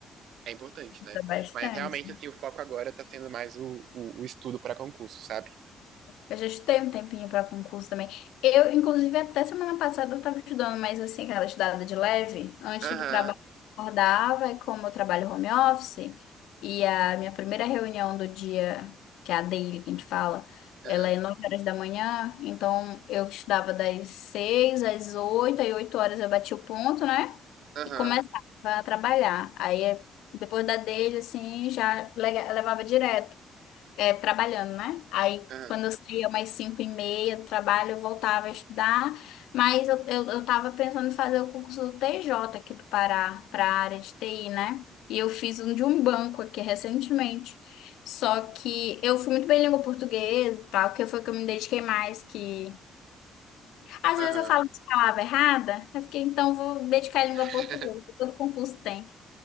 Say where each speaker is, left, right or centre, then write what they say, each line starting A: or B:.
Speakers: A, on the right; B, on the left.
A: é importante, né?
B: dá bastante.
A: Mas realmente, assim, o foco agora tá sendo mais o, o, o estudo para concurso, sabe?
B: Eu já estudei um tempinho para concurso também. Eu, inclusive, até semana passada eu estava estudando, mas assim, aquela estudada de leve, antes
A: Aham,
B: do trabalho, eu acordava, e como eu trabalho home office, e a minha primeira reunião do dia, que é a daily que a gente fala,
A: aham,
B: ela é 9 horas da manhã, então eu estudava das seis às oito aí 8 horas eu bati o ponto, né?
A: aham,
B: E começava a trabalhar. Aí, depois da daily, assim, já le- levava direto é, trabalhando, né? Aí,
A: aham,
B: quando eu saía mais cinco e meia do trabalho, eu voltava a estudar, mas eu, eu, eu tava pensando em fazer o concurso do TJ aqui do Pará, para a área de TI, né? E eu fiz um de um banco aqui recentemente. Só que eu fui muito bem em língua portuguesa e tal, que foi o que eu me dediquei mais, que... Às
A: aham.
B: vezes eu falo uma palavra errada, eu fiquei, então vou dedicar em língua
A: <laughs>
B: portuguesa, todo concurso tem.